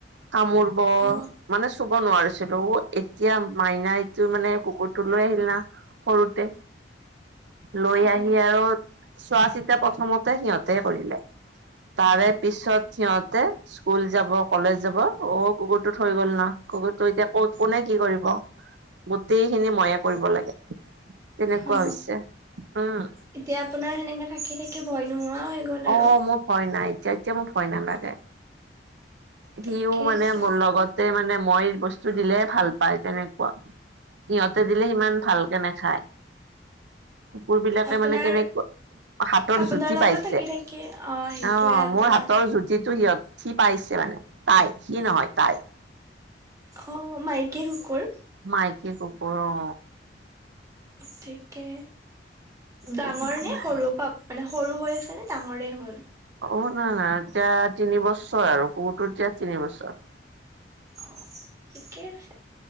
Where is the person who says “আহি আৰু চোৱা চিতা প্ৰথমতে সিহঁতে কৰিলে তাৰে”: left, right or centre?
Right